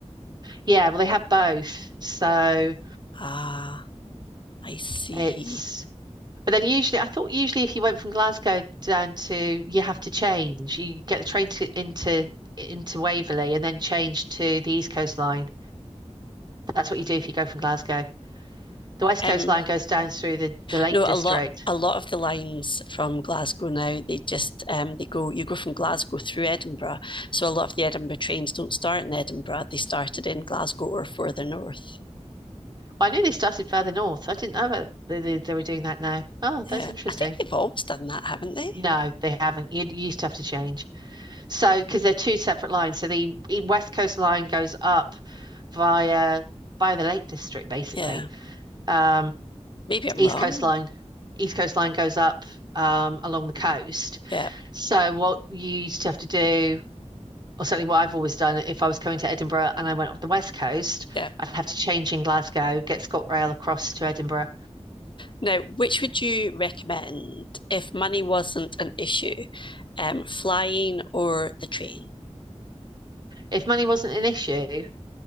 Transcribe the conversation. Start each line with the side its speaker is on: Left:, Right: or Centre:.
Right: Yeah, well they have both. So
Left: Ah, I see.
Right: it's But then usually, I thought usually if you went from Glasgow down to, you have to change. You get the train to into into Waverley and then change to the East Coast Line. That's what you do if you go from Glasgow. The West
Left: Um,
Right: Coast Line goes down through the, the Lake
Left: No,
Right: District.
Left: a lot a lot of the lines from Glasgow now, they just um, they go you go from Glasgow through Edinburgh. So a lot of the Edinburgh trains don't start in Edinburgh. They started in Glasgow or further north.
Right: Well, I knew they started further north. I didn't know that they, they, they were doing that now. Oh, that's
Left: Yeah.
Right: interesting.
Left: I think they've always done that, haven't they?
Right: No, they haven't. You, you used to have to change. So, because they're two separate lines. So the e- West Coast Line goes up via by the Lake District, basically.
Left: Yeah.
Right: Um,
Left: Maybe I'm
Right: East
Left: wrong.
Right: Coast Line. East Coast Line goes up um, along the coast.
Left: Yeah.
Right: So what you used to have to do, or certainly what I've always done, if I was coming to Edinburgh and I went up the west coast,
Left: Yeah.
Right: I'd have to change in Glasgow, get ScotRail across to Edinburgh.
Left: Now, which would you recommend if money wasn't an issue? Um, flying or the train?
Right: If money wasn't an issue,